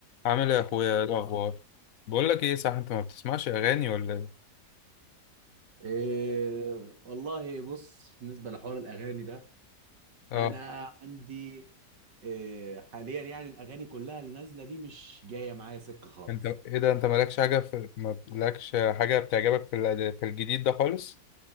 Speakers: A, on the left (about 60°); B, on the right (about 80°).
A: عامل ايه يا اخويا ايه الاخبار بقول لك ايه صح انت ما بتسمعش اغاني ولا ايه
B: إيه والله بص بالنسبة لحوار الأغاني ده
A: اه
B: أنا عندي إيه حاليا يعني الأغاني كلها اللي نازلة دي مش جاية معايا سكة خالص
A: انت ايه ده انت مالكش حاجه في ما لكش حاجه بتعجبك في ال- في الجديد ده خالص